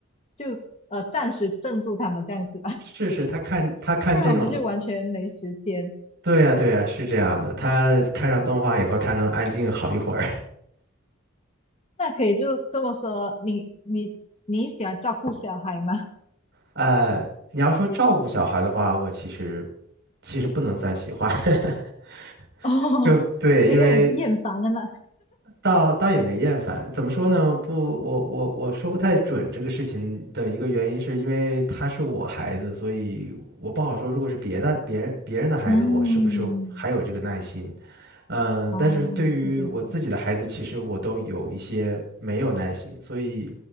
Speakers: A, on the left; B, on the right.
A: 就呃暂时镇住他们这样子吧，
B: 是是，他看他看这种东，
A: <laughs> 不然我们就完全没时间。
B: 对呀对呀，是这样的。他看上动画以后，他能安静好一会儿。
A: 那可以就这么说，你你你喜欢照顾小孩吗？
B: 呃，你要说照顾小孩的话，我其实其实不能算喜欢，<laughs>
A: <laughs> 哦，
B: 就对，
A: 因为厌烦了嘛。
B: 因为倒倒也没厌烦。怎么说呢？不，我我我说不太准这个事情的一个原因，是因为他是我孩子，所以我不好说。如果是别的别人别人的孩子，
A: 嗯，
B: 我是不是还有这个耐心？嗯、
A: 哦，
B: 但是对于我自己的孩子，
A: 对对对，
B: 其实我都有一些没有耐心，所以